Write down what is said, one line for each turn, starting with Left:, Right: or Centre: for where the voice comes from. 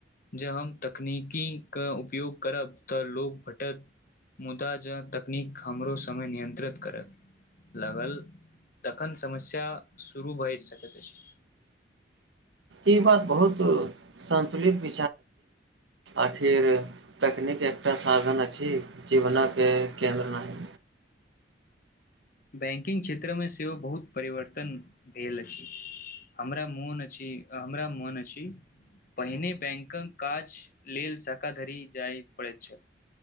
Left: जे हम तकनीकीके उपयोग करब तऽ लोक भट मुदा ज तकनीक हमरो समय नियंत्रित करै लागल तखन समस्या शुरू भए सकैत अछि।
Right: ई बात बहुत संन्तुलित आखिर तकनीक एकटा साधन अछि। जीवनके केन्द्र नहि
Left: बैंकिंग क्षेत्र मे सेहो बहुत परिवर्तन भेल अछि। हमरा मोन अछि। हमरा मोन अछि। पहिने बैंकक काज लेल शखाधरि जाय पड़ैत छल